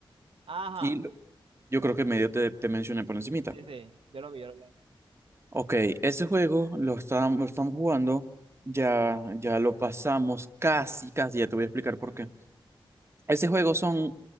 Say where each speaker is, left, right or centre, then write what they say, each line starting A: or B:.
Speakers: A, on the right (about 80°); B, on the right (about 30°).
A: Ajá.
B: y lo- yo creo que medio te, te mencioné por encima
A: Sí, sí, yo lo vi, yo lo vi.
B: Ok, ese juego lo estábamos, lo estamos jugando, ya, ya lo pasamos casi, casi, ya te voy a explicar por qué. Ese juego son